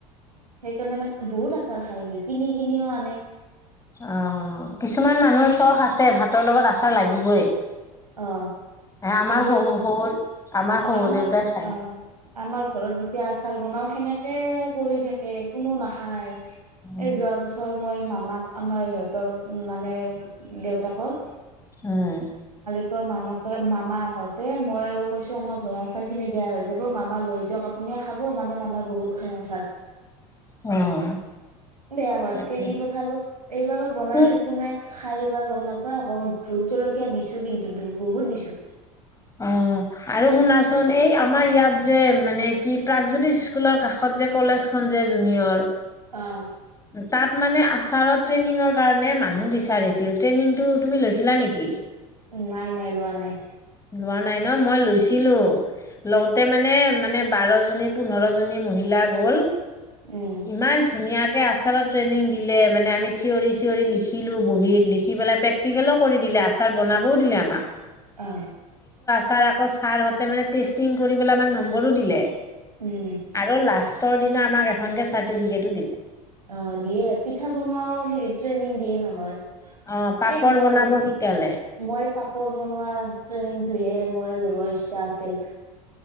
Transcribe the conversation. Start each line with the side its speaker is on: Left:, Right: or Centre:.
Right: সেইকাৰণে মানে বহুত আচাৰ খাই হি। কিনি কিনিও আনে।
Left: অ কিছুমান মানুহৰ চখ আছে ভাতৰ লগত আচাৰ লাগিবই।
Right: অ
Left: আমাৰ
Right: কিন্তু
Left: শহু শহুৰ
Right: অ
Left: শহুৰ
Right: আমাৰ
Left: দেউতাই খায়
Right: অ আমাৰ ঘৰত যেতিয়া আচাৰ বনাও। সেনেকে পৰি থাকে কোনো নাখায়।
Left: উম
Right: এই যোৱা বছৰ মই মামাক। আমাৰ সহঁতৰ মানে দেউতাকৰ।
Left: উম।
Right: মানাকে মামা আহঁতে মই আৰু কৈছো আমাৰ ঘৰৰ আচাৰ খিনি বেয়া হৈ যাব মামা লৈ যাওক আপুনিয়ে খাব মানে মামাই বহুত খাই আচাৰ।
Left: অ',
Right: বেয়া হৱাতকৈ
Left: তাকে
Right: দি পঠালো এইবাৰো বনাইছো
Left: তোৰ
Right: কোনে খাই বা গম নাপাও। অ আক ভোট জলকীয়া দিছো কিন্তু। বহুত দিছো।
Left: অ আৰু শুনাচোন এই আমাৰ ইয়াত। যে মানে কি। প্ৰাগজ্যোতিষ স্কুলৰ কাষত যে কলেজখন যে জুনিয়ৰ।
Right: অ।
Left: তাত মানে আচাৰত ট্ৰেইনিঙৰ কাৰণে মানুহ বিচাৰিছিল ট্ৰেইনিংতটো তুমি লৈছিলা নেকি!
Right: নাই নাই লোৱা নাই।
Left: ন ন মই লৈছিলো লগতে মানে মানে বাৰ জনী পোন্ধৰ জনী মহিলা গ'ল।
Right: উম
Left: ইমান ধুনীয়া। তাকে আচাৰত ট্ৰেইনিং দিলে মানে আমি থিয়ৰি চিঞৰি লিখিলো বহীত লিখি পেলাই প্ৰেক্টিকেলো কৰি দিলে আচাৰ বনাবও দিলে আমাক।
Right: অ।
Left: ছাৰ আকৌ ছাৰহঁতে মানে টেষ্টিং কৰি পেলাই আমাৰ নম্বৰো দিলে।
Right: উম
Left: আৰু লাষ্ট। উওৰ দিনা আমাক এখন কে। চাৰ্টিফিকেতটো দিলে।
Right: অ দিয়ে পিঠা বনোৱাও ট্ৰেইনিং দিয়ে নহয়।
Left: অ পাপৰ
Right: এই মই
Left: বনাব শিকালে।
Right: মই পাপৰ বনোৱা ট্ৰেইনিংটোহে। মই ল'ব ইচ্ছা আছিল।